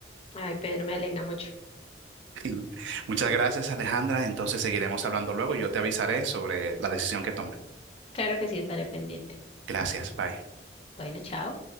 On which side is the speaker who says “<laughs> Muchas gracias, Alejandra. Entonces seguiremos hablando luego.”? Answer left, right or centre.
Right